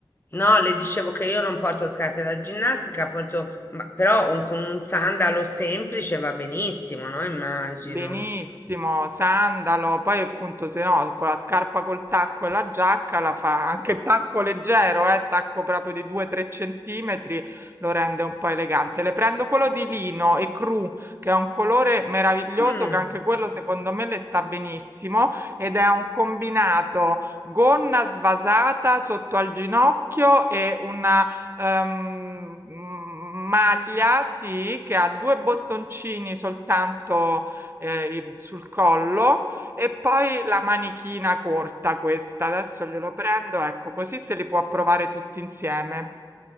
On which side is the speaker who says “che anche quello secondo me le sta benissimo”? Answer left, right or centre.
Right